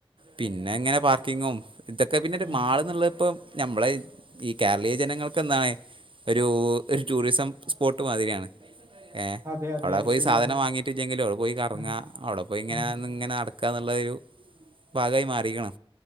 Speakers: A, on the right; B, on the right.
A: പിന്നെ ങ്ങനെ പാർക്കിങ്ങും ഇതൊക്കെ പിന്നെ ഒരു
B: ഉം
A: മാളുന്ന്ള്ളത് ഇപ്പോ നമ്മള് ഈ കേരളീയ ജനങ്ങൾക്ക് എന്താണ് ഒരൂ ഒരു ടൂറിസം സ്പോട്ട് മാതിരിയാണ് ഏഹ്
B: അതെ അതെ
A: അവ്ടെ പോയി
B: ശരിയാണ്
A: സാധനം വാങ്ങിയിട്ടില്ലെങ്കിലും അവിടെ പോയി കറങ്ങ
B: ഉം
A: അവിടെ പോയി ഇങ്ങനെ
B: ഉം
A: ഇങ്ങനെ നടക്കാ എന്നുള്ളരു ഭാഗായി മാറിരിക്ണ്.